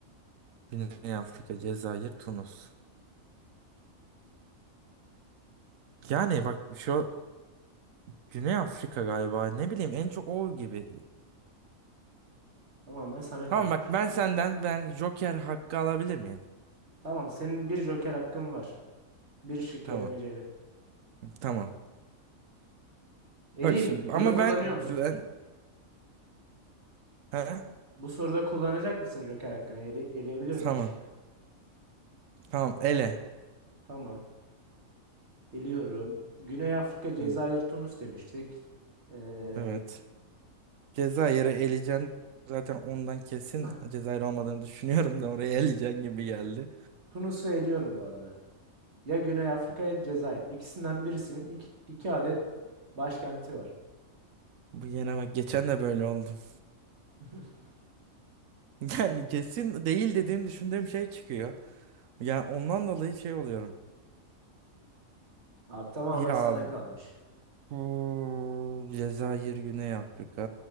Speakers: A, on the right; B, on the right.
A: Güney Afrika, Cezayir, Tunus. Yani bak şu Güney Afrika galiba. Ne bileyim en çok o gibi.
B: Tamamen sana
A: Tamam
B: kalmış.
A: bak ben senden ben Joker hakkı alabilir miyim?
B: Tamam, senin bir joker hakkın var. Bir şık
A: Tamam.
B: elemeceli.
A: Tamam.
B: Eleyim
A: Bak şimdi
B: mi? Burada
A: ama
B: kullanıyor
A: ben
B: musun?
A: ben he?
B: Bu soruda kullanacak mısın joker hakkını? Ele, eleyebilir
A: Tamam.
B: bir şıkkı?
A: Tamam ele.
B: Tamam. Eliyorum. Güney Afrika, Cezayir,
A: Hı,
B: Tunus demiştik. Ee,
A: Evet. Cezayir'i eleyeceksin. Zaten ondan kesin
B: <clears throat>
A: Cezayir olmadığını düşünüyorum da oraya eleyeceksin gibi geldi.
B: <laughs> Tunus'u eliyorum bu arada. Ya Güney Afrika ya Cezayir. İkisinden birisinin iki, iki adet başkenti var.
A: Bu yine bak geçen de böyle oldu. <laughs>
B: <laughs>
A: Yani kesin değil dediğim düşündüğüm şey çıkıyor. Yani ondan dolayı şey oluyorum.
B: Abi tamamen
A: Ya
B: sana kalmış.
A: Hmm, Cezayir, Güney Afrika,